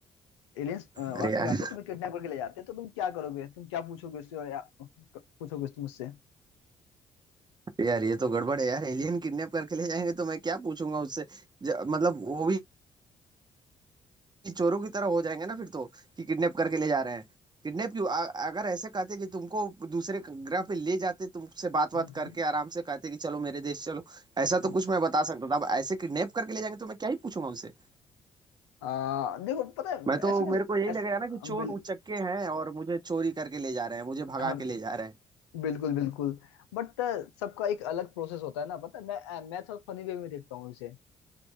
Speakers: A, on the left (about 85°); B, on the right (about 30°).
A: एलियंस अर्थ
B: अरे यार
A: पे आते हैं तुम्हें किडनैप करके ले जाते हैं तो तुम क्या करोगे तुम क्या पूछोगे उससे और या पूछोगे तुम उससे
B: यार ये तो गड़बड़ है यार एलियन किडनैप करके ले जाएंगे तो मैं क्या पूछूंगा उससे ज- मतलब वो भी चोरों की तरह हो जाएंगे ना फिर तो कि किडनैप करके ले जा रहे हैं किडनैप क्यों अ- अगर ऐसे कहते कि तुमको दूसरे ग्रह पे ले जाते तुमसे बात बात
A: हम्म हम्म,
B: करके आराम से कहते कि चलो मेरे देश चलो ऐसा
A: हम्म।
B: तो कुछ मैं बता सकता था अब ऐसे किडनैप करके ले जाएंगे तो मैं क्या ही पूछूंगा उनसे
A: आ, देखो पता है
B: मैं तो
A: ऐसे में
B: मेरे को यही
A: ऐसे,
B: लगेगा ना कि चोर
A: बिल,
B: उचक्के हैं और मुझे चोरी करके ले जा रहे हैं मुझे भगा
A: हम,
B: के ले जा रहे हैं
A: बिल्कुल बिल्कुल बट सबका एक अलग प्रोसेस होता है ना पता है मैं मैं थोड़ा फनी वे में देखता हूँ इसे